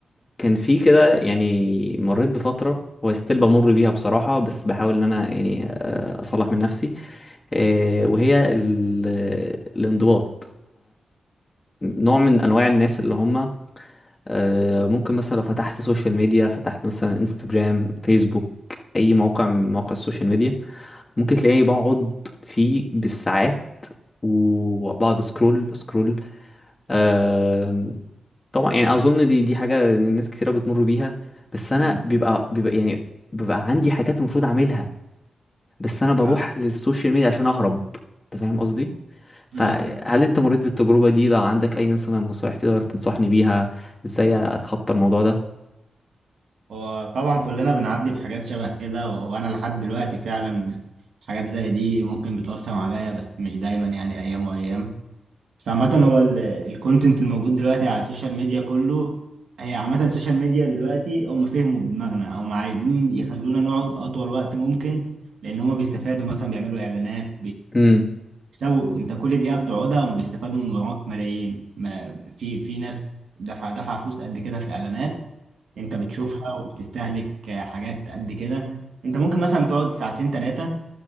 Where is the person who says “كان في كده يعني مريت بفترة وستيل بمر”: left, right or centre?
Left